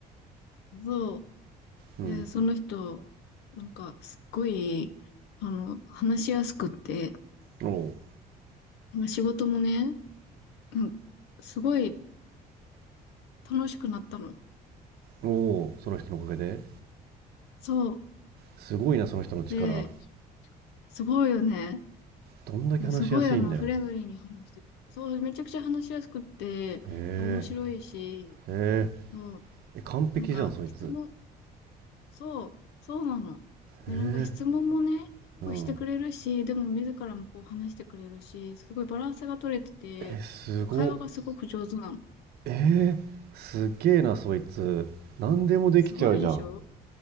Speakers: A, on the left; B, on the right.
A: そ
B: うん
A: う。で、その人、なんか、すっごい、あの、話しやすくって、
B: おお
A: まあ仕事もね、うんすごい楽しくなったの。
B: うおうその人のおかげで
A: そ
B: すごいなその人の力
A: う。で、すごいよね。
B: どんだけ話しやすいんだよ
A: すごいあの、フレンドリーに話して、そう、めちゃくちゃ話しやすくって、
B: へ
A: 面白いし、
B: え
A: そう、
B: へええ完璧じゃんそいつ
A: なんか質問、そう、そうなの。で、
B: へえ
A: なんか質問もね、こうしてくれるし、
B: うん
A: でも自らもこう話してくれるし、すごいバランスが取れてて、
B: えすごっ
A: 会話がすごく上手なの。
B: えー、すっげえなそいつ何でもできちゃうじゃん
A: すごいでしょ